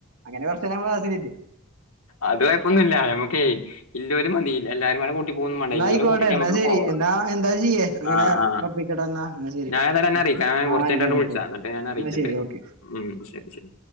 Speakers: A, on the right; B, on the left.
A: അങ്ങനെ കുറച്ച് കഴിയുമ്പോ അസിഡിറ്റി
B: അത് കൊയപ്പൊന്നുല്ല നമ്മുക്കേ ഇല്ലോരു മതി എല്ലാരും കൂടെ കൂട്ടി വേണ്ട
A: എന്നാ
B: ഇല്ലോരെ
A: ആയിക്കോട്ടെ
B: കൂട്ടിട്ട്
A: എന്നാ
B: നമ്മക്കങ്ങ്
A: ശരി
B: പോവാ
A: എന്നാ എന്താ ചെയ്യേ അങ്ങനെ
B: ആ ആ
A: ഉറപ്പിക്കട്ടെ എന്നാ എന്നാ ശരി
B: ഞാനേതായാലന്നെ അറിയി ഞാൻ
A: ആ
B: കുറച്ചകഴിഞ്ഞട്ട്
A: ആയിക്കോട്ടെ
B: അന്നെ വിളിച്ചാ
A: ആയിക്കോട്ടെ
B: എന്നിട്ട് ഞാൻ അറിയിച്ചിണ്ട്
A: എന്നാ ശരി ഓക്കെ
B: ഉ ശരി ശരി